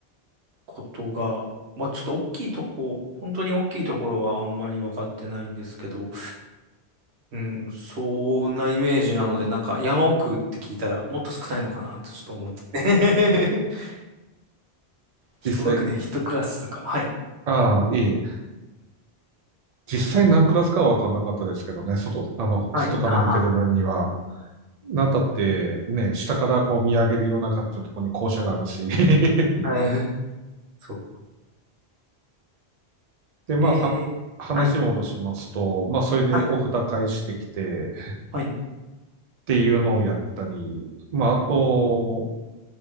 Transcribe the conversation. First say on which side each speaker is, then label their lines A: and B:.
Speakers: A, on the right; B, on the right.
A: ことが、まあちょっと大きいとこ、本当に大きいところはあんまり分かってないんですけど、うん、そんなイメージなので、なんか山奥って聞いたらもっと少ないのかなとちょっと思って。<laughs> 一学年一クラスとか。
B: 実際、
A: はい。
B: ああ、いい。実際何クラスかは分かんなかったですけどね、外、あの、
A: はい。
B: 外から見てる分には、
A: あ
B: なんたって、ね、下からこう見上げるような感じのところに校舎があるし。<laughs>
A: あ、はい。そう。
B: で、まあ、
A: えー、
B: は、話戻しますと、
A: はい。
B: まあ、それでお札返してきて、
A: はい。はい。
B: っていうのをやったり、まあ、あと、